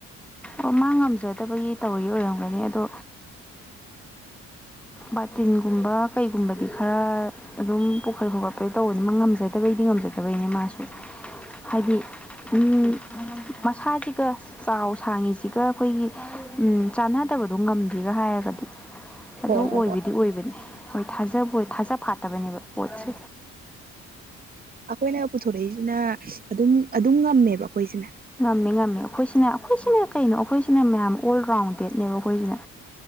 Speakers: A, in the centre; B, on the right.
A: ꯑꯣ ꯃꯥ ꯉꯝꯖꯗꯕꯒꯤ ꯇꯧꯔꯤ ꯑꯣꯏꯔꯝꯒꯅꯤ ꯑꯗꯣ
B: <inaudible>
A: ꯕꯥꯇꯤꯟꯒꯨꯝꯕ ꯀꯩꯒꯨꯝꯕꯗꯤ ꯈꯔ ꯑꯗꯨꯝ ꯄꯨꯈꯠ ꯈꯣꯠꯈꯠꯄꯗꯤ ꯇꯧꯕꯅꯤ ꯃꯥ ꯉꯝꯖꯗꯕꯩꯗꯤ ꯉꯝꯖꯗꯕꯩꯅꯦ ꯃꯥꯁꯨ ꯍꯥꯏꯗꯤ ꯎꯝ ꯑ ꯃꯁꯥꯁꯤꯒ ꯆꯥꯎ ꯁꯥꯡꯉꯤꯁꯤꯒ ꯑꯩꯈꯣꯏꯒꯤ ꯎꯝ ꯆꯥꯟꯅꯗꯕꯗꯣ ꯉꯝꯗꯦꯒ ꯍꯥꯏꯔꯒꯗꯤ ꯑꯗꯨ
B: ꯍꯣ ꯍꯣ
A: ꯑꯣꯏꯕꯗꯤ
B: ꯍꯣꯏ
A: ꯑꯣꯏꯕꯅꯤ ꯍꯣꯏ ꯊꯥꯖꯕ ꯊꯥꯖ ꯐꯥꯠꯇꯕꯅꯦꯕ ꯄꯣꯠꯁꯦ
B: ꯑꯩꯈꯣꯏꯅ ꯄꯨꯊꯣꯔꯛꯏꯁꯤꯅ ꯑꯗꯨꯝ ꯑꯗꯨꯝ ꯉꯝꯃꯦꯕ ꯑꯩꯈꯣꯏꯁꯤꯅ
A: ꯉꯝꯃꯦ ꯉꯝꯃꯦ ꯑꯩꯈꯣꯏꯁꯤꯅ ꯑꯩꯈꯣꯏꯁꯤꯅ ꯀꯩꯅꯣ ꯑꯩꯈꯣꯏꯁꯤꯅ ꯃꯌꯥꯝ ꯑꯣꯜ ꯔꯥꯎꯟꯗꯦꯗꯅꯦꯕ ꯑꯩꯈꯣꯏꯁꯤꯅ